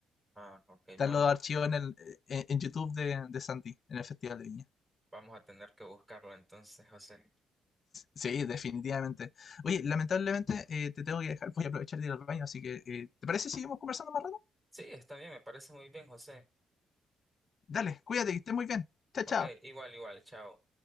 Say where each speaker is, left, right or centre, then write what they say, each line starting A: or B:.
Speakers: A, on the right (about 20°); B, on the left (about 50°).
A: Ah, ok,
B: Están
A: vamos
B: los archivos
A: a,
B: en, el, en, en YouTube de, de Santi, en el Festival de Viña.
A: vamos a tener que buscarlo entonces, José.
B: Sí, definitivamente. Oye, lamentablemente eh, te tengo que dejar, voy a aprovechar de ir al baño, así que eh, ¿te parece si seguimos conversando más rato?
A: Sí, está bien, me parece muy bien, José.
B: Dale, cuídate, que estés muy bien. Chao,
A: Ok,
B: chao.
A: igual, igual, chao.